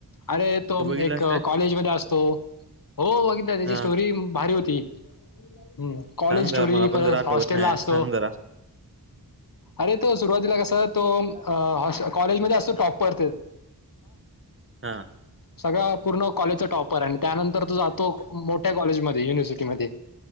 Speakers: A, on the left; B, on the right.
A: अरे तो
B: तू
A: म
B: बघितलास
A: एक
B: काय
A: कॉलेज मधे असतो. हो बघितला. त्याची
B: हा
A: स्टोरी भारी होती. हम् कॉलेज
B: सांग
A: स्टोरी
B: जरा मला पण
A: परत
B: जरा आठवत
A: हॉस्टेल
B: नाही
A: ला असतो.
B: सांग जरा
A: अरे तो- सुरुवातीला कस तो अ हॉस कॉलेजमध्ये असतो टॉपर-
B: हा
A: सगळं. पूर्ण कॉलेजचा टॉपर आणि त्यानंतर तो जातो मोठ्या कॉलेजमध्ये युनिव्हर्सिटीमध्ये.